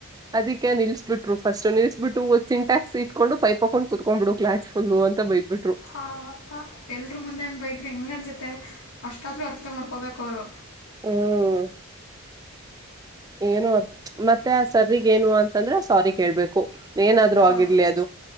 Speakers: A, on the right; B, on the left.
A: ಅದಕ್ಕೆ ನಿಲ್ಸ್ ಬಿಟ್ರು ಫಸ್ಟ್ ನಿಲ್ಸ್ಬಿಟ್ಟು ಸಿನ್ ಟ್ಯಾಕ್ಸ್ ಇಟ್ಕೊಂಡು ಪೈಪ್ ಹಕೊಂಡು ಕುತ್ಕ್ಬ ಬಿಡು ಕ್ಲಾಸ್ ಫುಲ್ ಅಂತ ಬೈದ್ರು ಬಿಟ್ಟರು <unintelligible>
B: ಹಾ ಪಾಪ್ಪ ಎಲ್ರು ಮುಂದೆ ಹಂಗೆ ಬೈದ್ರೆ ಹಿಂಗ ಅನ್ಸುತೆ ಅಷ್ಟಾದ್ರೂ ಅರ್ಥ ಮಾಡ್ಕೋಬೇಕಲ್ಲ ಅವ್ರು.
A: ಹ್ಮ್ ಏನು ಅದ <unintelligible> ಮತ್ತೆ ಆ ಸರ್ರಗ್ ಏನು ಅಂತಂದ್ರೆ ಸಾರಿ ಕೇಳ್ಬೇಕು ಏನಾದ್ರು
B: ಹಾಂ
A: ಆಗಿರ್ಲಿ ಅದು.